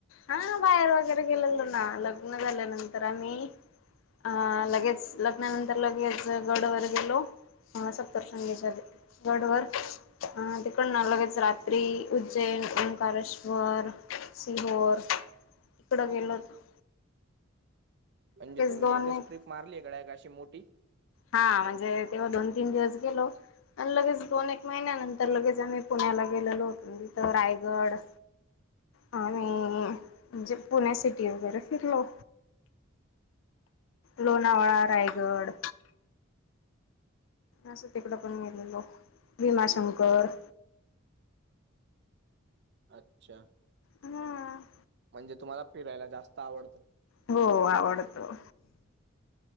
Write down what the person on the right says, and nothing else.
म्हणजे तुम्ही
एकच
ट्र्रीप मारली आहे का? डायरेक्ट अशी मोठी?
अच्छा.
म्हणजे तुम्हाला फिरायला जास्त आवडत.